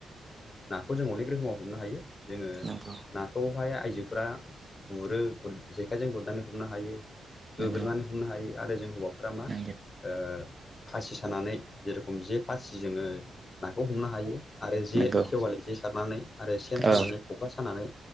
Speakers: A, on the left; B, on the right.
A: नाखौ जों अनेक रोखोमाव हमनो हायो जोङो
B: नंगौ
A: नाखौहाय आइजोफोरा गुरो खन जेखायजों गुरनानै हमनो हायो गोग्रोमनानै
B: नंगौ नंगौ
A: हमनो हायो आरो जों हौवाफोरा मा
B: औ
A: ओ फासि सानानै जेरेखम जे फासि जोङो नाखौ हमनो हायो आरो जे
B: नंगौ
A: खेवालि जे सारनानै आरो सेन सानानै
B: औ
A: खखा सानानै